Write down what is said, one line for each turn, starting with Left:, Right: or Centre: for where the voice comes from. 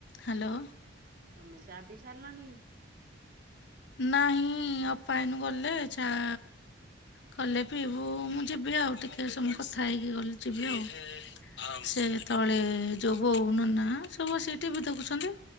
Left: ହାଲୋ।
Right: ତମେ ଚା ପିଇ ସାଇଲଣି।
Left: ନାହିଁ ଅପା ଏନୁ ଗଲେ ଚାଆ। କଲେ ପିଇବୁ ମୁଁ ଯିବି ଆଉ ଟିକେ ସମ କଥା ହେଇକି ଗଲେ ଯିବି ଆଉ। ସେ ତଳେ ଯଉ ବୋଉ ନନା ସବୁ ସେ ଟିଭି ଦେଖୁଛନ୍ତି।